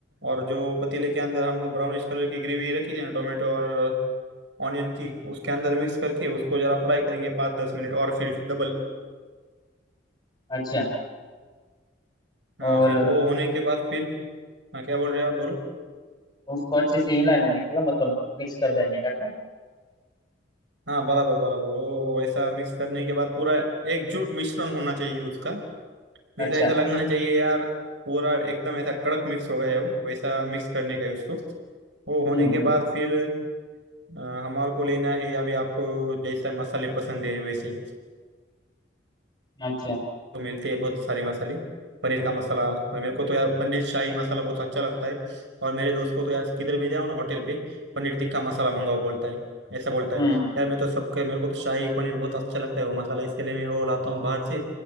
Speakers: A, on the right; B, on the left.
A: और जो पतीले के अंदर हमने ब्राउनिश कलर की ग्रेवी रखी थी ना टोमेटो और ऑनियन की उसके अंदर मिक्स करके उसको जरा फ्राई करेंगे पाँच दस मिनट और फिर डबल
B: अच्छा
A: हाँ
B: और
A: फिर वो होने के बाद फिर हाँ क्या बोल रहे हो आप बोलो
B: उसको अच्छे से हिला लेने का मतलब मिक्स कर देने का क्या
A: हाँ बराबर बराबर वो ऐसा मिक्स करने के बाद पूरा एकजुट मिश्रण होना चाहिए उसका मीन्स
B: अच्छा
A: ऐसा लगना चाहिए यार पूरा एकदम ऐसा कड़क मिक्स हो गया हो वैसा मिक्स करने का है उसको वो होने
B: हम्म
A: के बाद फिर अ, हमारे को लेना है अभी आपको जैसा मसाले पसंद है वैसे
B: हम्म अच्छा
A: तो मिलते हैं बहुत सारे मसाले पनीर का मसाला और मेरे को तो यार पनीर शाही मसाला बहुत अच्छा लगता है और मेरे दोस्त को तो यार किधर भी जाओ ना होटल पे पनीर टिक्का मसाला मंगाओ बोलता है ऐसा बोलता
B: हम्म
A: है
B: हम्म,
A: यार मैं तो सबके मेरे को तो शाही पनीर बहुत अच्छा लगता है वो मसाला इसके लिए मैं वो लाता हूँ बाहर से